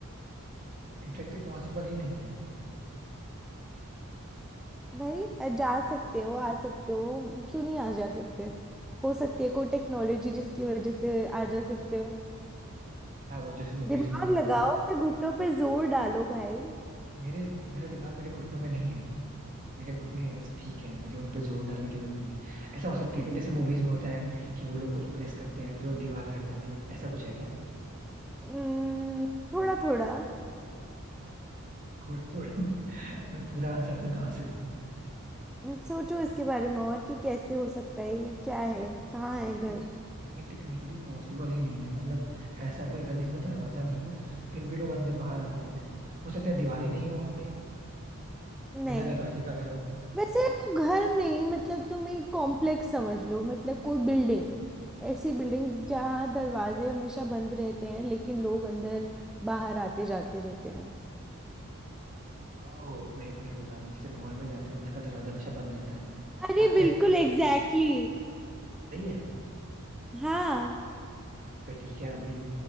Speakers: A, on the right; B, in the centre.
A: इनफेक्ट ये पॉसिबल ही नहीं है
B: भाई अ, जा सकते हो आ सकते हो क्यों नहीं आ जा सकते हो सकती है कोई टेक्नोलॉजी जिसकी वजह से आ जा सकते हो
A: क्या वो जैसे मूवीज
B: दिमाग
A: में होता
B: लगाओ
A: है कि
B: फिर घुटनों पे जोर डालो भाई
A: मेरे मेरा दिमाग मेरे घुटनों में नहीं है मेरे घुटने ठीक है मुझे उन पे जोर डालने की जरूरत नहीं है ऐसा हो सकता
B: <laughs>
A: है कि जैसे मूवीज में होता है कि वो लोग कुछ प्रेस करते हैं फिर वो दीवार हट जाती है ऐसा कुछ है क्या
B: हम्म, थोड़ा थोड़ा
A: <laughs> थोड़ा थोड़ा मैं मैं पूरा आंसर फिर कहाँ से दूं
B: हम्म, सोचो इसके बारे में और कि कैसे हो सकता है ये क्या है कहाँ है
A: ये
B: घर
A: टेक ये टेक्निकली पॉसिबल ही नहीं है मतलब ऐसा कोई घर जिसमें दरवाजा नहीं हो फिर भी लोग अंदर बाहर आते आते हो हो सकता है दिवाली नहीं हो वहां पे
B: नहीं
A: बिना दरवाजे का घर हो
B: वैसे वो घर नहीं मतलब तुम एक कॉम्प्लेक्स समझ लो मतलब कोई बिल्डिंग ऐसी बिल्डिंग जहाँ दरवाजे हमेशा बंद रहते हैं लेकिन लोग अंदर बाहर आते जाते रहते हैं।
A: ओ मैं एक मिनट बता रहा हूँ जैसे मॉल में जाते हैं तो उसका दरवाजा हमेशा बंद रहता है
B: अरे
A: आते
B: बिल्कुल
A: हैं
B: एग्जैक्टली
A: सही है
B: exactly. हाँ
A: फिर ठीक है अभी